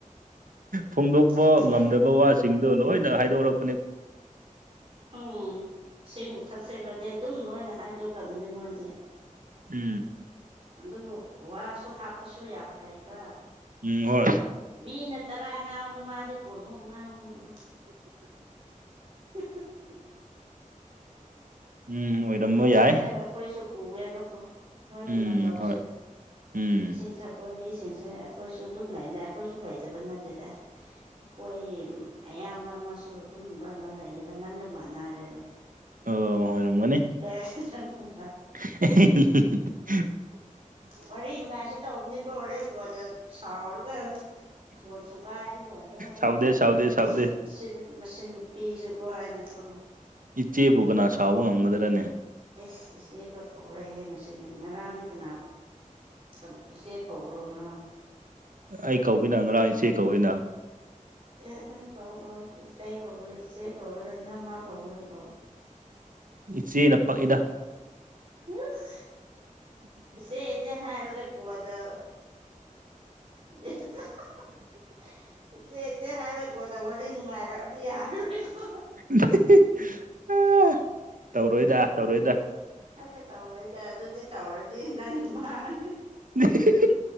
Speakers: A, on the right; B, on the right.
A: ꯐꯣꯡꯗꯣꯛꯄ
B: ꯍꯣꯏꯅꯦ
A: ꯉꯝꯗꯕ
B: ꯑꯗꯨꯝ
A: ꯋꯥꯁꯤꯡꯗꯣ ꯂꯣꯏꯅ ꯍꯥꯏꯗꯣꯔꯛ
B: ꯎꯝ ꯁꯤꯃꯨꯛ ꯊꯛꯆꯜꯂꯗꯤ ꯑꯗꯨꯝ ꯂꯣꯏꯅ ꯍꯥꯏꯗꯣꯛꯂꯕꯅꯤ ꯃꯣꯏꯗꯤ
A: ꯎꯝ
B: ꯑꯗꯨꯕꯨ ꯋꯥꯁꯨ ꯍꯥꯞꯄꯁꯨ ꯌꯥꯝ ꯍꯩꯕ
A: ꯎꯝ ꯍꯣꯏ
B: ꯃꯤꯅ ꯇꯔꯥ ꯉꯥꯡꯕꯗ ꯃꯥꯗꯤ ꯀꯨꯟꯃꯨꯛ ꯉꯥꯡꯕꯅꯤꯉꯣ <unintelligible>
A: ꯎꯝ ꯑꯣꯏꯔꯝꯕ
B: ꯑꯗꯨꯝ ꯈꯪꯉꯦꯕ
A: ꯌꯥꯏ
B: ꯑꯩꯈꯣꯏꯁꯨ ꯎꯋꯦꯕꯀꯣ ꯃꯣꯏꯒꯤ
A: ꯎꯝ
B: ꯃꯇꯧꯁꯦ
A: ꯍꯣꯏ ꯎꯝ
B: ꯁꯤꯡꯊꯛ ꯄ ꯃꯤꯁꯤꯡꯁꯦ ꯑꯩꯈꯣꯏꯁꯨ ꯑꯗꯨꯝ ꯂꯩꯗ ꯑꯩꯈꯣꯏꯁꯨ ꯂꯩꯇꯕ ꯅꯠꯇꯦꯗ ꯈꯣꯏ ꯑꯌꯥꯝꯕ ꯑꯃꯁꯨ ꯑꯗꯨꯝ ꯃꯔꯝ ꯑꯃ ꯂꯩꯌꯦꯕ ꯅꯪꯒ ꯃꯥꯟꯅꯔꯦꯕ
A: ꯑꯣ ꯑꯣꯏꯔꯝꯒꯅꯤ
B: <unintelligible>
A: <unintelligible>
B: ꯋꯥꯔꯤ ꯅꯨꯡꯉꯥꯏꯁꯦ ꯇꯧꯕꯅꯦꯀꯣ ꯔꯦꯀꯣꯔꯗ ꯁꯥꯎꯔꯒ ꯐꯣꯟ ꯊꯨꯒꯥꯏꯔꯗꯤ ꯂꯣꯏꯔꯦꯍꯦ
A: ꯁꯥꯎꯗꯦ ꯁꯥꯎꯗꯦ
B: ꯃꯁ
A: ꯁꯥꯎꯗꯦ
B: ꯃꯁꯤ ꯃꯁꯤ ꯅꯨꯄꯤꯁꯦꯕꯣ ꯍꯥꯏꯅꯀꯣ
A: ꯏꯆꯦꯕꯨ ꯀꯅꯥ ꯁꯥꯎꯕ ꯉꯝꯒꯗ꯭ꯔꯅꯦ
B: ꯑꯦꯁ ꯏꯆꯦ ꯀꯥ ꯀꯧꯔꯛꯑꯦꯍꯦ ꯉꯁꯤꯗꯤ ꯉꯔꯥꯡꯗ ꯀꯅꯥꯔ ꯑꯥ ꯏꯆꯦ ꯀꯧꯕꯔꯣ ꯉꯔꯥꯡ
A: ꯑꯩ ꯀꯧꯒꯤꯅ ꯉꯔꯥꯡ ꯏꯆꯦ ꯀꯧꯋꯤꯅ
B: ꯑꯦ ꯍꯣꯏ ꯀꯧ ꯀꯧ ꯏꯇꯩ ꯀꯧꯒꯦꯔꯣ ꯏꯆꯦ ꯀꯧꯒꯦꯔꯣ ꯏꯅꯝꯃꯥ ꯀꯧꯒꯦꯔꯣ ꯀꯧ
A: ꯏꯆꯦꯅ ꯄꯛꯏꯗ
B: ꯑꯍ ꯏꯆꯦ ꯏꯆꯦ ꯍꯥꯏꯔꯒ ꯀꯣꯟꯅꯥ ꯑꯦ ꯍꯥ ꯍꯥ ꯏꯆꯦ ꯏꯆꯦ ꯍꯥꯏꯔ ꯀꯣꯟꯅ ꯋꯥꯔꯤ ꯅꯨꯡꯉꯥꯏꯔꯛꯑꯗꯤ ꯌꯥꯔꯣꯏꯀꯣ
A: ꯏꯍꯤ ꯍꯤ ꯑꯥ ꯇꯧꯔꯣꯏꯗ ꯇꯧꯔꯣꯏꯗ
B: ꯍꯣꯏꯗ ꯇꯧꯔꯣꯏꯗ ꯑꯗꯨꯗꯤ ꯇꯧꯔꯗꯤ ꯅꯪꯒꯤ ꯃꯥꯡ
A: ꯑꯍꯥ ꯍꯥ ꯍꯥ